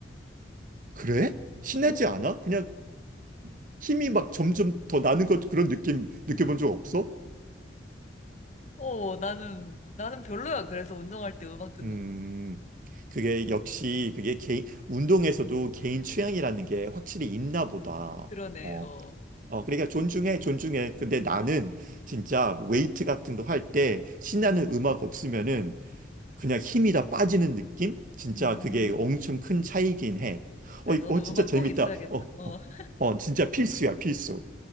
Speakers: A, on the right; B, on the left.
A: 그래? 신나지
B: 운,
A: 않아? 그냥 힘이 막 점점 더 나는 것 그런 느낌 느껴본 적 없어?
B: 어, 나는, 나는 별로야. 그래서 운동할 때 음악 듣는
A: 음,
B: 거.
A: 그게 역시 그게 개인 운동에서도 개인 취향이라는 게 확실히 있나 보다.
B: 그러네,
A: 어,
B: 어.
A: 어, 그러니까 존중해, 존중해. 근데 나는 진짜 웨이트 같은 거 할 때 신나는
B: 어.
A: 음악 없으면은 그냥 힘이 다 빠지는 느낌? 진짜
B: 음.
A: 그게 엄청 큰 차이긴 해.
B: 그래,
A: 어, 이거-
B: 너는
A: 어, 진짜
B: 음악
A: 재밌다.
B: 꼭 있어야겠다.
A: 어,
B: 어,
A: 어,
B: <laughs>
A: 어, 진짜 필수야, 필수.